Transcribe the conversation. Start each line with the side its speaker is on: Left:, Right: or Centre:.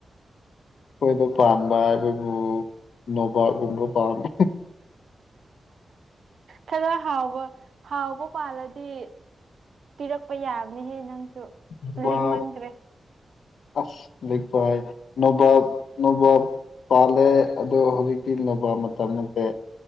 Left: ꯑꯩꯈꯣꯏꯗ ꯄꯥꯟꯕ ꯍꯥꯏꯕꯕꯨ ꯅꯣꯕꯥꯞꯒꯨꯝꯕ ꯄꯥꯜꯂꯤ <inaudible>
Right: ꯈꯔ ꯍꯥꯎꯕ ꯍꯥꯎꯕ ꯄꯥꯜꯂꯗꯤ ꯄꯤꯔꯛꯄ ꯌꯥꯕꯅꯤꯍꯦ ꯅꯪꯁꯨ
Left: ꯅꯣꯕꯥꯞ
Right: ꯂꯤꯡꯃꯟꯈ꯭ꯔꯦ
Left: ꯑꯁ ꯂꯤꯛꯄ ꯍꯥꯏꯅꯦ ꯅꯣꯕꯥꯞ ꯅꯣꯕꯥꯞ ꯄꯥꯜꯂꯦ ꯑꯗꯣ ꯍꯧꯖꯤꯛꯇꯤ ꯅꯣꯕꯥꯞ ꯃꯇꯝ ꯅꯠꯇꯦ